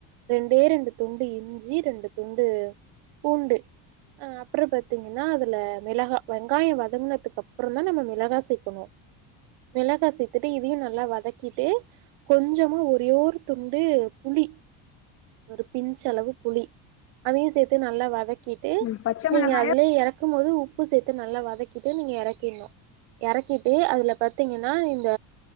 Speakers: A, on the right (about 70°); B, on the left (about 30°).
A: ரெண்டே ரெண்டு துண்டு இஞ் சி ரெண்டு துண்டு பூண்டு அப்றோ பாத்தீங்கன்னா அதுல மிளகா வெங்காயோ வதங்கினதுக்கு அப்றோ தா நம்ம மிளகா சேக்கணு மிளகா சேத்துட்டு இதையு நல்லா வதக்கிட்டு கொஞ்சமும் ஒரே ஒரு துண்டு புளி ஒரு பின்ச்சளவுக் புளி அதையூ சேர்த்து நல்லா வதக்கிட்டு
B: ம் பச்ச
A: நீங்க
B: மிளகாயா
A: அதிலேயே எறக் இருக்கும் போது உப்பு சேர்த்து நல்லா வதக்கிட்டு நீங்க எறக்கிட்ணூ எறக்கிட்டு அதில பாத்தீங்கன்னா நீங்க